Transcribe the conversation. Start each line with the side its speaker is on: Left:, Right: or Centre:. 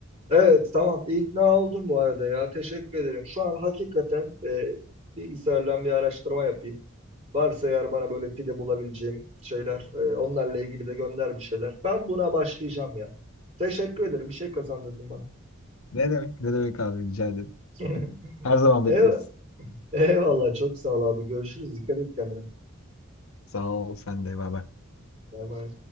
Right: Evet tamam ikna oldum bu arada ya teşekkür ederim. Şu an hakikaten e, bilgisayardan bir araştırma yapayım. Varsa eğer bana böyle fide bulabileceğim şeyler e, onlarla ilgili de gönder bir şeyler. Ben buna başlayacağım ya. Teşekkür ederim bir şey kazandırdın bana.
Left: Ne demek? Ne demek abi rica ederim.
Right: <laughs>
Left: <laughs> Her zaman
Right: Evet.
Left: bekleriz.
Right: Eyvallah çok sağ ol abi görüşürüz dikkat et kendine.
Left: Sağ ol sen de bay bay.
Right: Bay bay.